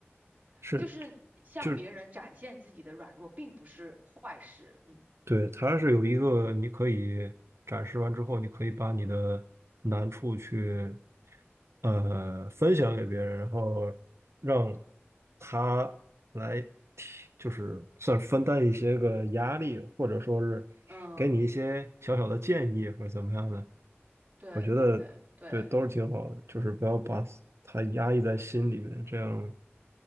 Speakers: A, on the right; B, on the right.
A: 是
B: 就是向别人展现自己的软弱并不是坏事。
A: 就是，
B: 嗯
A: 对，它是有一个你可以展示完之后，你可以把你的难处去呃分享给别人，然后让他来提，就是算是分担一些个压力，或者说是给你一些小小的建议或者怎么样的。
B: 嗯，对对对，
A: 我觉得对都是挺好的，就是不要把它压抑在心里面，这样。